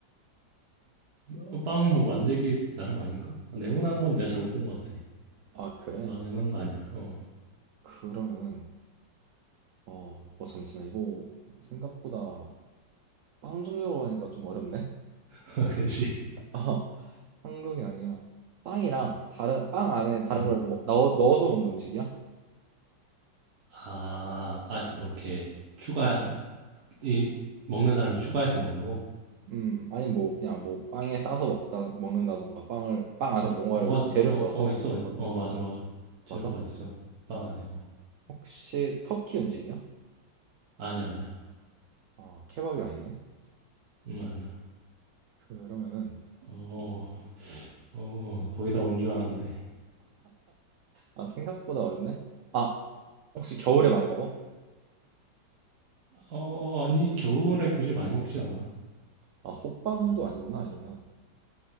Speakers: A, on the right (about 60°); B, on the right (about 90°).
A: 어, 빵은 뭐 만들기 나름 아닌가? 아, 네모난 건 내가 잘못 본 것 같아.
B: 아 그래?
A: 막 네모난 거 아니야. 어.
B: 그러면은 어, 어 잠시만 이거 생각보다 빵 종류로 하니까 좀 어렵네?
A: <laughs> 그치
B: <laughs> 어 한국이 아니라 빵이랑 다른 빵 안에 다른
A: 응.
B: 걸 먹- 넣어, 넣어서 먹는 음식이야?
A: 아, 아, 뭐 이렇게 추가 이 먹는 사람이 추가해서 먹냐고?
B: 음 아니 뭐 그냥 뭐 빵에 싸서 먹다 먹는다던가 빵을 빵 안에
A: 어,
B: 뭔가를
A: 뭐가
B: 재료를
A: 어,
B: 넣어서
A: 어 있어, 있어.
B: 먹-
A: 어, 맞아, 맞아. 재료가
B: 맞아?
A: 있어. 빵 안에. 어.
B: 혹시 터키 음식이야?
A: 아니야, 아니야.
B: 아 케밥이 아니네?
A: 음, 아니야.
B: 그러면은
A: 어, 어, 거기다 온 줄 알았네.
B: 아 생각보다 어렵네. 아 혹시 겨울에 많이 먹어?
A: 어, 아니, 겨울에 굳이 많이 먹진 않아.
B: 아 호빵도 아니구나 이러면